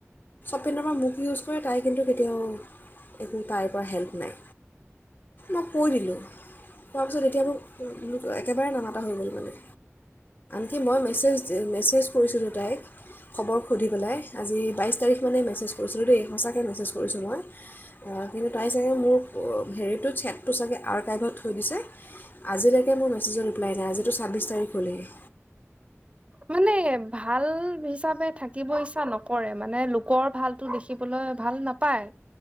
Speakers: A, on the left; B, on the right.
A: পিনৰ পৰা মোক ইউজ কৰে তাই কিন্তু কেতিয়াও এটি পাইৰ পৰা হেল্প। নাই মই কৈ দিলোঁ তাৰ পিছত এতিয়া <unintelligible> একেবাৰে নামাতা হৈ গ'লগে। কি মই মেছেজ মেছেজ। কৰিছিলোঁ তাইক। খবৰ সুধি পেলাই আজি বাইছ তাৰিখ। মেছেজ কৰিছিলোঁ দেই, সঁচাকেই মেছেজ কৰিছোঁ মই, অ কিন্তু তাই যে মোৰ অ হেৰিটোত চেকটো চাগে <inaudible> আ, কাইভত থৈ দিছে। আজিলৈকে মোৰ মেছেজৰ ৰিপ্লাই নাই আজো ছাব্বিছ তাৰিখ হ'লেই
B: মানে ভাল হিচাপে থাকিব ইচ্ছা নকৰে, মানে লোকৰ ভালতো দেখিবলৈ ভাল নাপায়।